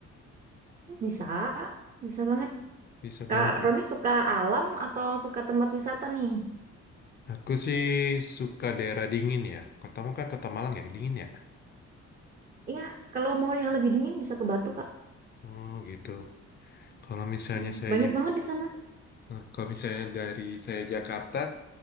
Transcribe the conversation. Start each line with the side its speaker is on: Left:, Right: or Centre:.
Right: Bisa, bisa banget.
Left: Bisa
Right: Kak
Left: banget loh.
Right: Roni suka alam atau suka tempat wisata nih?
Left: Aku sih suka daerah dingin ya. Kotamu kan kota Malang ya, dingin ya?
Right: Iya, kalau mau yang lebih dingin bisa ke Batu Kak.
Left: Oh gitu. Kalau misalnya
Right: Iya.
Left: saya
Right: Banyak banget di sana.
Left: nah, kalau misalnya dari saya Jakarta,